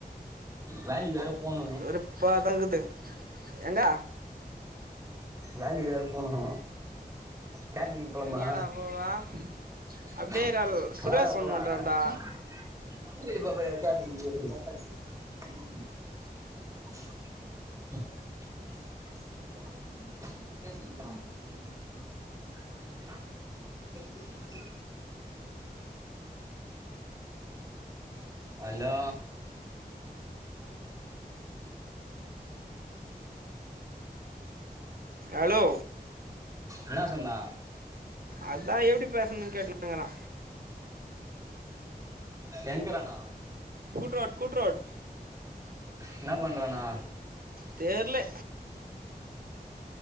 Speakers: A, on the right (about 20°); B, on the right (about 65°).
A: வேலிக் வேற போனு
B: வெறுப்பாக தான் இருக்குது எங்க
A: வேலைக் வேர போனு கேட்ரிங்கு போலாமா
B: நீடா போவா
A: வாடா
B: அப்டியே ரால் சுரேஷ் ஃபோன் பண்றான்டா
A: போலா <unintelligible> எங்கள பாத்தா எப்டி கிச் கேட்ச்சா ஹ அலோ
B: அலோ
A: என்னா சொன்னா?
B: அதா எப்டி பேசணுன் கேட்டுனுக்குறா
A: எங்க்றானா
B: கூட்ரோட் கூட்ரோட்
A: என்னா பண்றானா
B: தெர்ல